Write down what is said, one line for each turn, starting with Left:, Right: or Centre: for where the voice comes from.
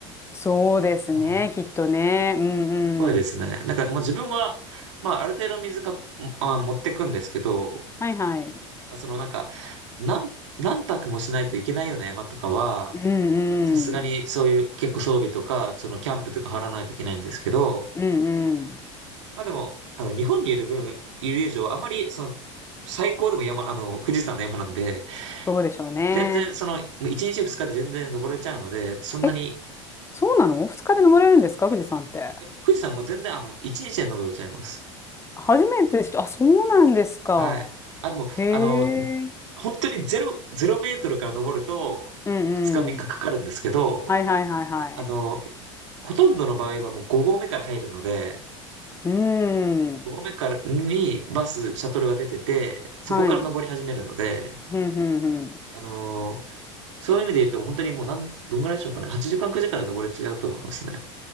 Left: そうですね。
Right: はい。
Left: きっとね。うんうん。
Right: すごいですね。なんかもう自分は、まあある程度水か、あ、持ってくんですけど、
Left: はいはい。
Right: あそのなんか、何、何泊もしないといけないような山とかは、
Left: うん
Right: さすがにそういう結構装備とか、
Left: うん。
Right: そのキャンプとか張らないといけないんですけど、
Left: うんうん。
Right: まあでも、あの、日本にいる分、いる以上、あんまりその、最高でも山、あの、富士山の山なんで、
Left: そうでしょうね。
Right: 全然その、もう1日2日で全然登れちゃうので、そんなに、
Left: え、そうなの二日で登れるんですか富士山って。
Right: え、富士山も全然あの、1日で登れちゃいます。
Left: 初めてでした。あ、そうなんですか。
Right: はい。あ、でも、
Left: へえ。
Right: あの、本当にゼロ、ゼロメートルから登ると、
Left: うんうん。
Right: 2日3日かかかるんですけど、
Left: はいはいはいはい。
Right: あの、ほとんどの場合はもう5合目から入るので、
Left: うん。
Right: 5合目からにバス、シャトルが出てて、そこから登り始めるので、
Left: はい。うん、うん、うん。
Right: あのーそういう意味で言うとも本当にもうなん、どんぐらいでしょうかね。8時間、9時間で登れ違うと思いますね。